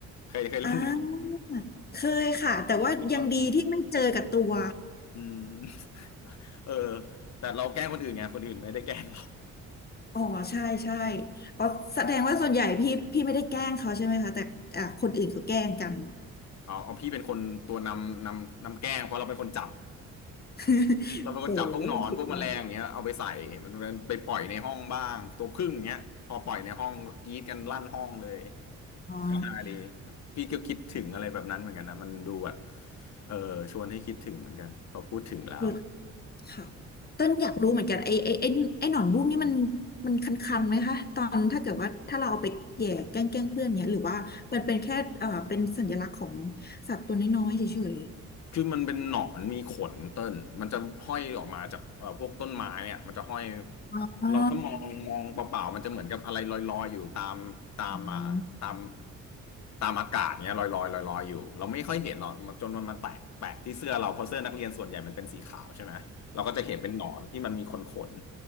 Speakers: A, on the left (about 65°); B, on the left (about 30°).
A: เคยเคยเล่นอย่างนี้
B: อ่าเคยค่ะแต่ว่ายังดีที่ไม่เจอกับตัว
A: เนาะอืม <laughs> เออแต่เราแกล้งคนอื่นไงคนอื่นไม่ได้แกล้งเรา
B: อ๋อใช่ใช่อ๋อแสดงว่าส่วนใหญ่พี่พี่ไม่ได้แกล้งเขาใช่ไหมคะแต่อ่ะคนอื่นเขาแกล้งกัน
A: เอาเอาพี่เป็นคนตัวนำนำนำแกล้งเพราะเราเป็นคนจับ
B: <laughs>
A: เราเป็นคนจับพวกหนอนพวกแมลงอย่างเงี้ยเอาไปใส่มันมันไปปล่อยในห้องบ้างตัวผึ้งอย่างเงี้ยพอปล่อยในห้องก็กรี๊ดกันลั่นห้องเลย
B: โหสุดยอดอ๋อ
A: ก็ฮาดีพี่ก็คิดถึงอะไรแบบนั้นเหมือนกันนะมันดูแบบเออชวนให้คิดถึงเหมือนกันพอพูดถึงแล้ว
B: เอค่ะ ต้นอยากรู้เหมือนกันไอ้ไอ้ไอ้ไอ้หนอนบุ้งนี่มันมันคันๆไหมคะตอนถ้าเกิดว่าถ้าเราเอาไปแหย่แกล้งแกล้งเพื่อนเนี้ยหรือว่ามันเป็นแค่เอ่อเป็นสัญลักษณ์ของสัตว์ตัวน้อยๆเฉย
A: คือมันเป็นหนอนมีขนเต้นมันจะห้อยออกมาจากเอ่อพวกต้นไม้อ่ะมันจะห้อย
B: ๆอ๋อ
A: เราถ้ามองมองเปล่าๆมันจะเหมือนกับอะไรลอยๆอยู่ตามตามอ่าตาม
B: อืม
A: ตามอากาศเนี้ยลอยๆลอยๆอยู่เราไม่ค่อยเห็นหรอกมันจนมันมันแตกแปะที่เสื้อเราเพราะเสื้อนักเรียนส่วนใหญ่มันเป็นสีขาวใช่ไหมเราก็จะเห็นเป็นหนอนที่มันมีขนขน